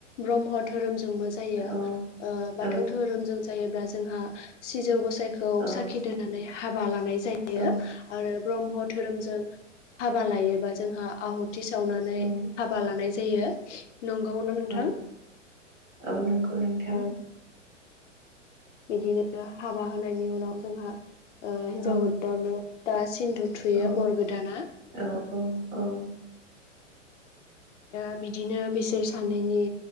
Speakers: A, on the left; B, on the right.
A: ब्रह्म धोरोमजों जोंबो जायो
B: औ
A: ओ
B: औ
A: बाथौ धोरोमजों जायोब्ला जोंहा सिजौ गस जायखौ
B: औ
A: साखि दोननानै हाबा लानाय जायो
B: औ
A: आरो ब्रह्म धोरोमजों हाबा लायोबा जोंहा आहुत थि सावनानै
B: औ
A: हाबा लानाय जायो नंगौ ना नोंथां
B: औ औ नंगौ नोंथां
A: औ। बिदिनो हाबा होनायनि उनाव जोंहा ओ हिन्जाव
B: औ
A: गोदाननो दास सिन्दुर थुयो
B: औ
A: बर गोदानआ
B: औ औ औ
A: ओ बिदिनो बिसोर सानैनि